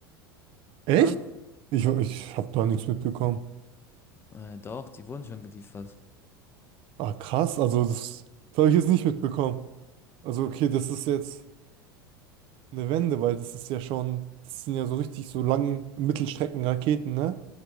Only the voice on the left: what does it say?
oder?
Äh, doch, die wurden schon geliefert.